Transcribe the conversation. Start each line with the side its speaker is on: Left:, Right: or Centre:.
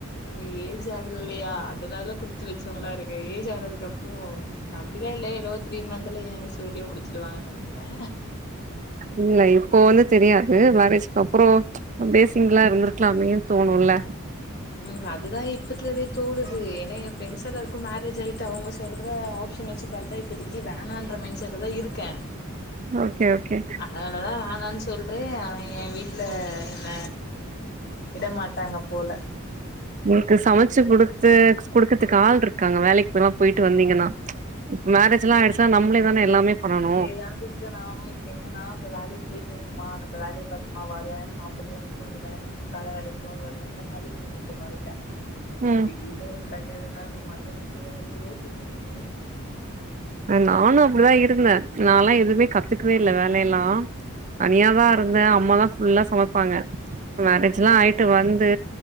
Left: ஆனா ஏஜ் ஆகல இல்லையா அதனால குடுத்து வெச்சவ்ங்ளா இருக்கே ஏஜ் ஆனதுக்கப்றோ அப்டிலா இல்ல இன்னு த்ரீ மந்த்துல ஏ சோலிய முடிச்சிருவாங்கன் நெனைக்கிறே
Right: இல்ல இப்போ ஒன்னு தெரியாது மேரேஜ்க்கப்றோ அப்டியே சிங்கிளா இருந்திருக்கலாமேன் தோணுல்ல
Left: ம் அதுதா இப்பத்துலவே தோணுது ஏனா எ ஃப்ரெண்ட்ஸ் எல்லாருக்கு மேரேஜ் ஆயிட்டு அவுங்க சொல்ற ஆப்ஷன் வெச்சி பாத்தா இப்பத்திக்கி வேணான்ற மைண்ட் செட்ல தா இருக்கே
Right: ஓகே ஓகே
Left: அ அதனாலதா வேணான்னு சொல்றே ஆனா என் வீட்டு்ல என்ன விடமாட்டாங்க போல
Right: உங்களுக்கு சமைச்சு குடுத்து குடுக்கறதுக்கு ஆள் இருக்காங்க வேலைக்குல்லா போய்ட்டு வந்தீங்கன்னா இப்ப மேரேஜ் எல்லா ஆயிடுச்சுனா நம்பளே தானே எல்லாமே பண்ணணு
Left: இததா சிஸ்டர் நானு இப்ப என்னன்னா இப்ப வேலைக்கு போய்ட்டு வரமா நம்ம வேலைய பாத்தமா வருவே சாப்டுவே தூங்குவே திருப்பி கால வேலைக் போவ வருவே இந்த மாரி போய்ன்டு இருக்கு வாழ்க்க இதுல
Right: ம்
Left: திடிர்னு ஒரு கல்யாணம்னா நம்ம மத்தவங்களுக்காக வேற யோசிக்கணுமே
Right: நானு அப்டிதா இருந்தே நாலா எதுவுமே கத்துக்கவே இல்ல வேலையெல்லா தனியாதா இருந்தே அம்மாதா ஃபுல்லா சமப்பாங்க மேரேஜ் எல்லா ஆய்ட்டு வந்து